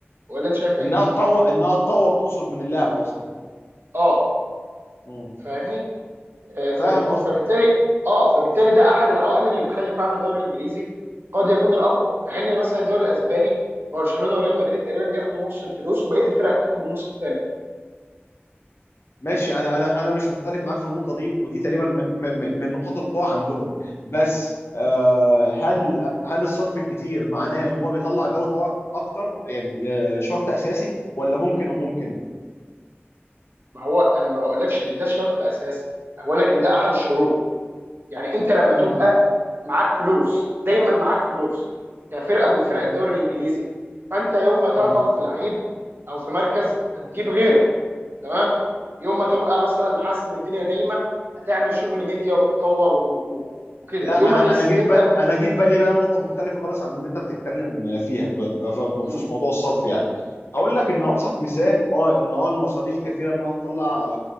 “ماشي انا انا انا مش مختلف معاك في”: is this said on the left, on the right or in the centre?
Left